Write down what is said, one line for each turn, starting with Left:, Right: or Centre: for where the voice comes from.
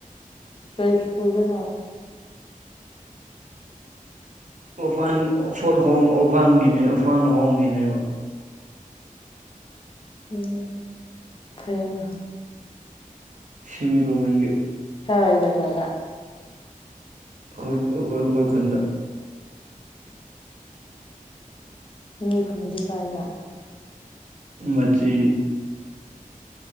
Left: ꯀꯩ ꯁ꯭ꯀꯨꯜꯗꯅꯣ
Right: ꯑꯣꯔꯐꯥꯟ ꯐꯣꯔꯠ ꯍꯣꯝ ꯑꯣꯔꯐꯥꯟꯒꯤꯅꯦ ꯑꯣꯔꯐꯥꯟ ꯍꯣꯝꯒꯤꯅꯦꯕ
Left: ꯎꯝ ꯐꯔꯦꯅ
Right: ꯁꯤꯃꯤ ꯒꯣꯔꯃꯦꯟꯒꯤ
Left: ꯀꯥꯏꯋꯥꯏ ꯖꯒꯥꯗ
Right: ꯑꯈꯣꯏ ꯑꯈꯣꯏ ꯑꯈꯣꯏ ꯈꯨꯟꯗ
Left: ꯅꯣꯏ ꯈꯨꯟꯗꯤ ꯀꯥꯏꯗꯥ
Right: ꯃꯆꯤ